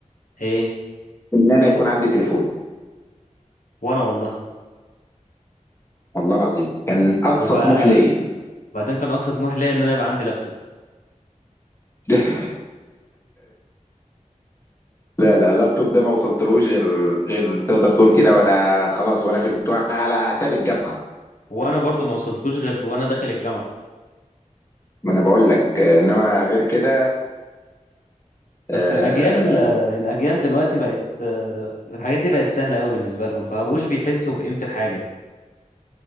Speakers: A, on the left (about 85°); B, on the left (about 20°).
A: ايه
B: ان انا يكون عندي تليفون
A: وانا والله
B: والله العظيم كان اقصى
A: وبعدين
B: طموح ليا
A: كان اقصى طموح ليا ان انا يبقى عندي لابتوب
B: <laughs> لا لا اللابتوب ده ما وصلتلوش غير غير تقدر تقول كده وانا خلاص وانا في الجامعه على اعتاب الجامعه
A: وانا برضو ما وصلتوش غير وانا داخل الجامعه
B: ما انا بقول لك آه، انما غير كده
A: بس
B: آه،
A: الاجيال الاجيال دلوقتي بقت الحاجات دي بقت سهله قوي بالنسبه لهم فمبقوش بيحسوا بقيمه الحاجه